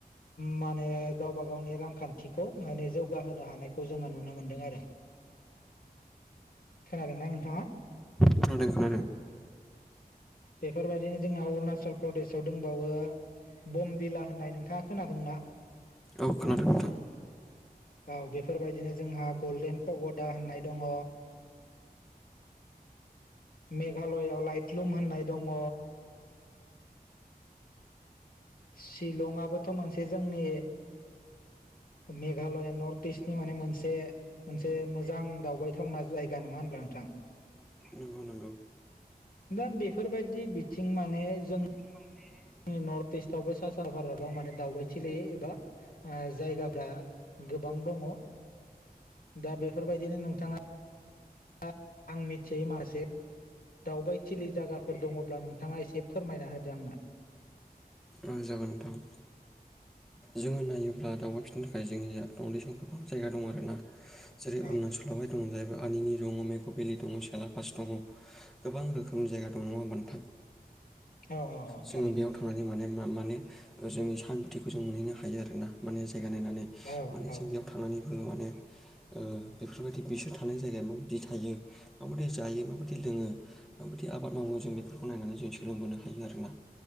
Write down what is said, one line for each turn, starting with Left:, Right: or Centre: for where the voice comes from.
Left: माने गावबा गावनि रां खान्थिखौ माने जौगाहोनो हानायखौ जोङो नुनो मोनदों आरो। खोनादों ना नोंथाङा?
Centre: खोनादों खोनादों।
Left: बेफोर बायदिनो जोंहा अरुणाचल प्रदेशाव दंबावो। बमदिला होननाय नोंथाङा खोनादों ना?
Centre: औ खोनादों नोंथां।
Left: औ बेफोरबायदिनो जोंहा गल्डेन पग'दा होननाय दङ। मेघालयआव लाइटलुम होननाय दङ। शिलंआबोथ' मोनसे जोंनि मेघालया नर्थ दिसनि माने मोनसे मोनसे मोजां दावबायथावना जायगा नङा होनब्ला नोंथां।
Centre: नंगौ नंगौ।
Left: दा बेफोरबायदि बिथिं माने जों
Centre: माने
Left: नि नर्थ दिसथावबो सा सानजा भारताव माने दावबायथि एबा आं जायगाफ्रा गोबां दङ। दा बेफोरबायदिनो नोंथाङा आं आं मिथियै मासे दावबायथिलि जागाफोर दङब्ला नोंथाङा एसे फोरमायना होदो आंनो।
Centre: ओं जागोन नोंथां। जोङो नायोब्ला दावउबाय फिननो थाखाय जोंनिया थ' उन्दै सम गोबां जायगा दं आरो ना। जेरै अरुणाचल
Left: औ
Centre: बावहाय दंमोन जाहैबाय आलिनि दङ मेक' भेलि दङ, फिसाला सासे दङ। गोबां रोखोम जायगा दं नङा होमबा नोंथां।
Left: औ औ
Centre: जोङो
Left: थारैनो
Centre: बेयाव थांनानै माने माने ओ जोंनि सान्थिखौ जों मोनहैनो हायो आरो ना। माने जायगा नायनानै
Left: औ
Centre: माने
Left: औ
Centre: जों बेयाव थांनानैबो माने ओ बेफोरबायदि बिसोर थानाय जायगाया माबायदि थायो, माबायदि जायो, माबायदि लोङो? माबायदि आबाद मावो जों बेफोरखौ नायनानै जों सोलोंबोनो हायो आरो ना।